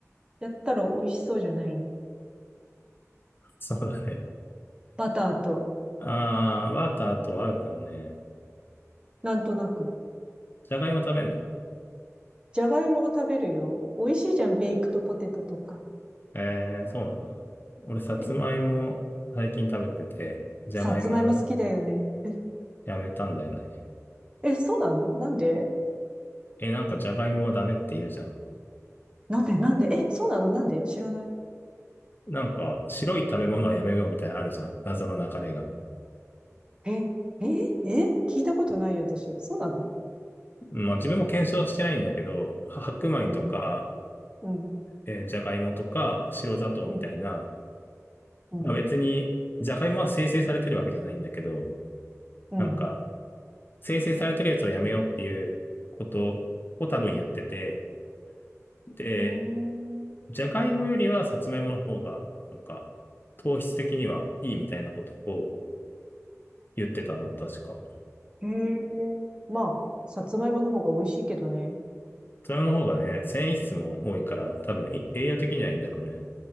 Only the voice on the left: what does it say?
そうだね。
あー、バターと合うかもね。
じゃがいも食べんの
えー、そうなんだ。俺、さつまいも最近食べてて、
じゃがいも
やめたんだよね。
え、なんかじゃがいもはダメって言うじゃん。
なんか、白い食べ物はやめようみたいなのあるじゃん。謎の流れが。
まあ自分も検証してないんだけど、は白米とか
えーじゃがいもとか白砂糖みたいな、
まあ、別に、じゃがいもは生成されてるわけじゃないんだけど、
なんか、生成されてるやつをやめようっていうことを多分言ってて、で、
じゃがいもよりはさつまいもの方が、なんか、糖質的にはいいみたいなことを言ってたな、確か。さ
つまいもの方がね、繊維質も多いから、多分い栄養的にはいいんだろうね。